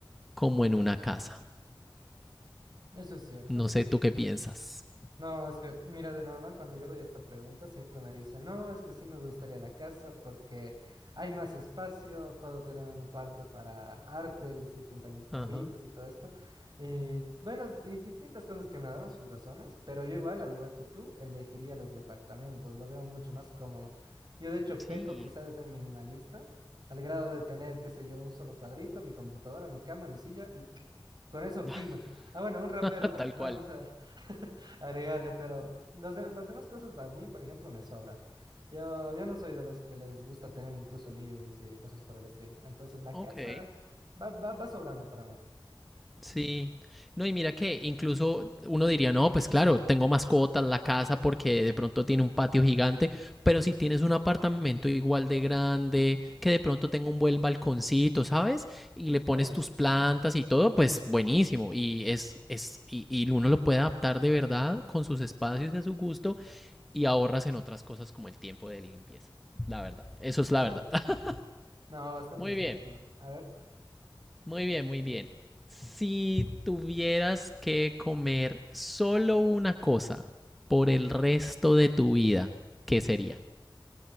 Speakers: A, in the centre; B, on the right.
A: como en una casa.
B: eso es cierto,
A: No
B: sí.
A: sé tú qué piensas.
B: No, es que, mira, de normal cuando yo doy esta pregunta siempre me dicen, no, es que sí me gustaría la casa porque hay más espacio, puedo tener un cuarto para arte, es decir, pintar mis cuadritos
A: Ajá.
B: y todo esto. Y bueno, di- distintas cosas que me daban sus razones, pero yo igual, al igual que tú, elegiría los departamentos, lo veo mucho más cómodo. Yo de hecho
A: Sí,
B: peco quizás de ser minimalista, al grado de tener, qué sé yo, un solo cuadrito, mi computadora, mi cama, mi silla y con eso
A: <laughs>
B: fino. Ah, bueno, un rapero
A: tal
B: más, vamos
A: cual.
B: a... <laughs> agregarle, pero los de- las demás cosas a mí, por ejemplo, me sobran. Yo, yo no soy de los que les gusta tener incluso livings y cosas por el estilo. Entonces la
A: Ok.
B: casa va, va, va sobrando para mí.
A: Sí, no, y mira que incluso uno diría, no, pues claro, tengo mascotas, la casa, porque de pronto tiene un patio gigante, pero si tienes un apartamento igual de grande, que de pronto tenga un buen balconcito, ¿sabes? Y le pones
B: Sí,
A: tus plantas y todo, pues buenísimo. Y es, es, y, y uno lo puede adaptar de verdad con sus espacios y a su gusto y ahorras en otras cosas como el tiempo de limpieza. La verdad, eso es la
B: sí.
A: verdad. <laughs>
B: No, bastante
A: Muy
B: cierto.
A: bien.
B: A ver.
A: Muy bien, muy bien. Si tuvieras que comer solo una cosa por el resto de tu vida, ¿qué sería?